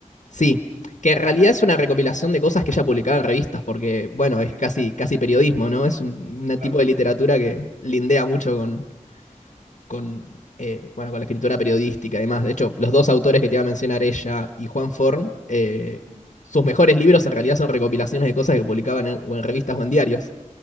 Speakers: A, on the left; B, on the right.
A: Sí, que en
B: Ah,
A: realidad
B: ya.
A: es una recopilación de cosas que ella publicaba en revistas, porque, bueno,
B: Ok,
A: es casi, casi periodismo, ¿no? Es un una
B: claro.
A: tipo de literatura que lindea mucho con, con, eh, bueno, con la escritura periodística y demás. De hecho, los dos autores que te iba a mencionar, ella y Juan Forn,
B: Ajá.
A: eh,
B: Sí.
A: sus mejores libros en realidad son recopilaciones de cosas que publicaban en, o en revistas o en diarios